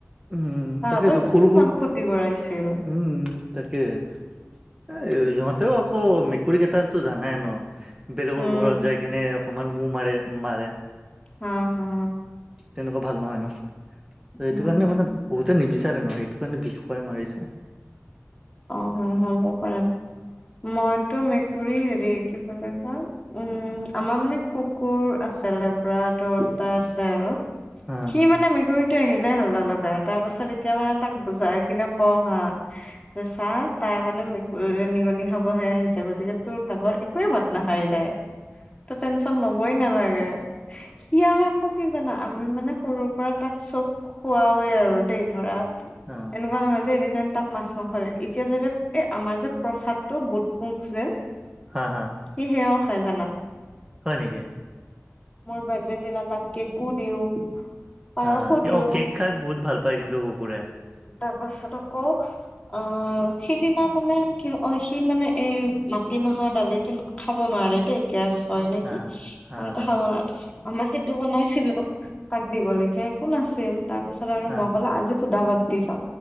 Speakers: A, on the right (about 15°); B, on the left (about 25°).
A: উহু,
B: তাহাঁতক
A: তাকেইতো সৰু
B: কি ইমান
A: - সৰুত
B: ক্ষতি কৰাইছিল?
A: উম। তাকে এ ইহঁতেও আকৌ মেকুৰী কেইটাৰতো জানাই ন? বেলেগৰ
B: উম,
A: ঘৰত যাই কেনে অকমান মু মাৰে -মাৰে।
B: হা- হা।
A: তেনেকুৱা ভাল নহয় ন?
B: উম,
A: এইটো কাৰণে মানে বহুতে নিবিচাৰে ন' সেইটো কাৰণে বিষ খোৱাই মাৰিছে।
B: অ, হয় হ'ব পাৰে মইতো মেক মেকুৰীৰ হেৰি কি বুলি কয় উম আমাৰ মানে কুকুৰ আছিলে। পুৰা দহটা আছে আৰু
A: অ
B: সি মানে মেকুৰী তে আহিলেই হাল্লা লগাই তাৰ পাছত এতিয়া মানে তাক বুজাই কিনে কওঁ হা যে চাহ তাই মানে মেকুৰী নিগনি খাবহে আহিছে গতিকে তোৰ ভাগৰ এক একোৱে ভাত নাখায় তাই তই টেনচন লবই নালাগে। সিয়াক আকৌ কি জানা আমি মানে সৰুৰ পৰা তাক চব খোৱাওৱেই আৰু দেই ধৰা
A: অ
B: এনেকুৱা নহয় যে এনি টাইম তাক মাছ মাংসৰে এতিয়া যদি এ আমাৰ যে প্ৰসাদ টো বুট মুক যে
A: হা-হা।
B: সি সেয়াও খাই জানা।
A: হয় নেকি?
B: মোৰ বাৰ্থডে দিনা তাক কেকো দিও পায়সো
A: আ,
B: দিও
A: অ, কেক খাই বহুত ভাল পায় কিন্তু কুকুৰে।
B: তাৰপাছত আকৌ অ, সিদিনা মানে কি অ, সি মানে এ মাটিমাহৰ দালিতো খাব নোৱাৰে দে গেছ হয় নেকি,
A: হা হা
B: মইতে
A: হা
B: খাব <unintelligible> আমাৰ সেইটো বনাইছিলোঁ। অ, তাক দিব লগিয়া একো নাছিল তাৰ পিছত আৰু
A: হা
B: মই কলো আজি সুধা ভাত দি চাও